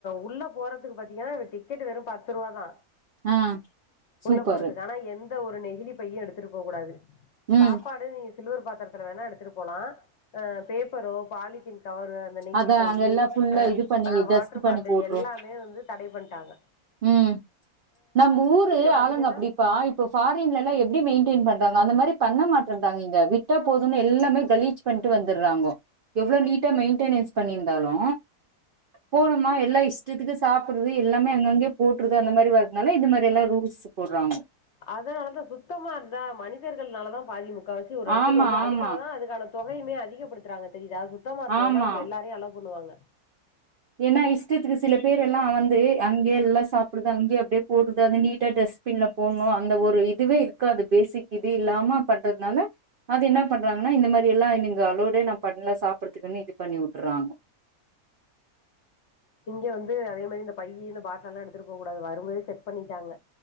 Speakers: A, on the left (about 60°); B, on the right (about 60°).
A: உள்ள போறத்துக்கு பாத்தீங்கனா இந்த டிக்கெட் வெறு பத்து ரூவா தா
B: ஆ சூப்பரு
A: உள்ள போறத்துக்கு ஆனா எந்த ஒரு நெகிழி பையு எடுத்துட்டு போக்கூடாது
B: ம்
A: சாப்பாடு நீங்க சில்வர் பாத்தரத்துல வேனா எடுத்துட்டு போலா ஆ பேப்பரோ பாலித்தீன் கவரு இந்த நெகிழி
B: அதா
A: பையி
B: அங்க எல்லா ஃபுல்லா
A: அ
B: இது பண்ணி
A: ஆ
B: டஸ்ட்
A: வாட்ரு
B: பண்ணி
A: பாட்டில்
B: போட்ரு
A: எல்லாமே வந்து தடை பண்ட்டாங்க
B: ம் நம்ப ஊரு
A: பார்த்தீங்கன்னா
B: ஆளுங்க அப்டிப்பா இப் இப்ப ஃபாரின்லலா எப்டி மெயின்டேன் பண்றாங்க அந்த மாரி பண்ண மாட்டன்டாங்க இங்க விட்டா போதுனு எல்லாமே கழிஜ் பண்ட்டு வந்துர்றாங்கோ எவ்ளோ நீட்டா மெயின்டனென்ஸ் பண்ணிருந்தாலு போனோமா எல்லா இஷ்டத்துக்கு சாப்புட்றது எல்லாமே அங்கங்கயே போட்றது அந்த மாரி வருதுனால இது மாரியெல்லா ரூல்ஸ் த்து போட்றாங்க
A: அதனாலதா சுத்தமா இருந்தா மனிதர்கள்னாலதா பாதி முக்காவாசி ஒரு எடத்துக்கு
B: ஆமா
A: வந்து அதுக்காகதா
B: ஆமா
A: அதுக்கான தொகையுமே அதிகப்படுத்துறாங்க தெரியுதா சுத்தமா இருந்ததுனா
B: ஆமா
A: அவ்ங்க எல்லாரையு அலோ பண்ணுவாங்க
B: ஏனா இஷ்டத்துக்கு சில பேரெல்லா வந்து அங்கயே எல்லா சாப்புட்றது அங்கேயே அப்டியே போட்றது அது நீட்டா ட்ரெஸ் பின்ன போட்ணு அந்த ஒரு இதுவே இருக்காது பேசிக் இதே இல்லாம பண்றதுனால அது என்ன பண்றாங்கனா இந்த மாரியெல்லா நீங்க அலோட்டே நா பண்ல சாப்றதுக்குன்னு இது பண்ணி வுட்றாங்க
A: இங்க வந்து அதே மாரி இந்த பையி இந்த பாட்டில்லா எடுத்துட்டு போகக் கூடாது வரும்போதே செக் பண்ணிட்டாங்க